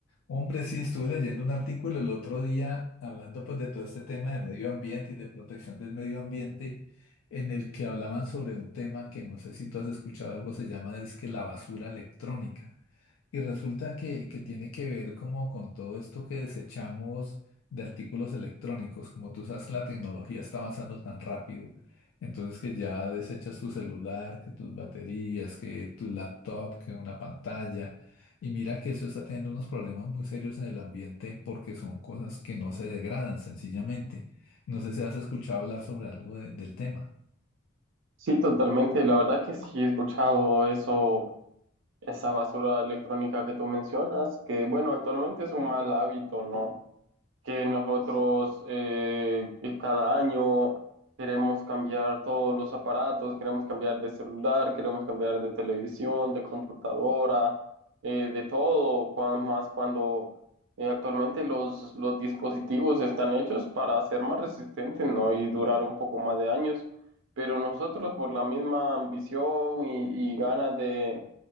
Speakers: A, on the left; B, on the right.
A: Hombre, sí, estuve leyendo un artículo el otro día hablando pues de todo este tema de medio ambiente y de protección del medio ambiente, en el que hablaban sobre un tema que no sé si tú has escuchado algo, se llama que la basura electrónica. Y resulta que, que tiene que ver como con todo esto que desechamos de artículos electrónicos. Como tú sabes, la tecnología está avanzando tan rápido. Entonces que ya desechas tu celular, que tus baterías, que tu laptop, que una pantalla. Y mira que eso está teniendo unos problemas muy serios en el ambiente porque son cosas que no se degradan sencillamente. No sé si has escuchado hablar sobre algo de- del tema.
B: Sí, totalmente. La verdad que sí he escuchado eso, esa basura electrónica que tú mencionas, que bueno, actualmente es un mal hábito, ¿no? que nosotros eh, que cada año queremos cambiar todos los aparatos, queremos cambiar de celular, queremos cambiar de televisión, de computadora, eh, de todo, cuan- más cuando eh, actualmente los, los dispositivos están hechos para ser más resistentes, ¿no? y durar un poco más de años, pero nosotros por la misma ambición y, y ganas de